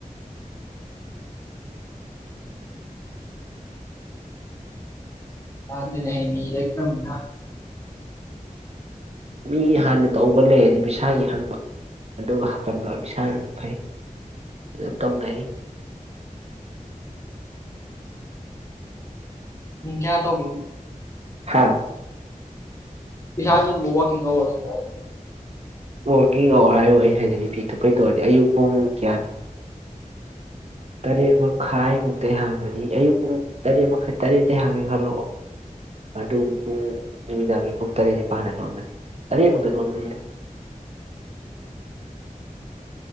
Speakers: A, on the left; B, on the right.
A: ꯄꯥꯠꯃꯤ ꯍꯩ ꯃꯍꯤ ꯂꯩꯇ꯭ꯔꯝꯅꯤꯅ
B: ꯃꯤꯒꯤ ꯍꯥꯟꯅ ꯇꯧꯕ ꯂꯩꯔꯗꯤ ꯕꯤꯥꯁꯥꯒꯤ ꯍꯪꯕ ꯑꯗꯨꯒ ꯍꯥꯄꯟꯕ ꯕꯤꯁꯥꯅ ꯑꯗꯨꯝ ꯐꯩ ꯑꯗ ꯇꯧꯕꯩ
A: ꯄꯨꯡ ꯀꯌꯥ ꯇꯧꯒꯦ
B: ꯍꯥ
A: ꯕꯤꯁꯥꯒꯤꯗꯨꯕꯨ ꯋꯥꯀꯤꯡ ꯑꯋꯔꯁ ꯂꯣ
B: ꯋꯣꯔꯀꯤꯡ ꯑꯋꯥꯔ ꯍꯥꯏꯕ ꯑꯩ ꯍꯥꯏꯗꯤ ꯅꯨꯄꯤ ꯇꯨꯄꯩ ꯇꯧꯔꯗꯤ ꯑꯌꯨꯛ ꯄꯨꯡ ꯀ꯭ꯌꯥ ꯇꯔꯦꯠ ꯃꯈꯥꯏꯃꯨꯛꯇꯩ ꯍꯥꯡꯕꯅꯤ ꯑꯌꯨꯛ ꯄꯨꯡ ꯇꯔꯦꯠ ꯃꯈꯥꯏ ꯇꯔꯦꯠꯇꯩ ꯍꯥꯡꯉꯦ ꯈꯜꯑꯣ ꯑꯗꯨ ꯄꯨꯡ ꯅꯨꯃꯤꯗꯥꯡꯒꯤ ꯄꯨꯡ ꯇꯔꯦꯠ ꯅꯤꯄꯥꯜꯗ ꯂꯣꯟꯕꯅꯤ ꯇꯔꯦꯠꯃꯨꯛꯇ ꯂꯣꯟꯕꯅꯤꯗ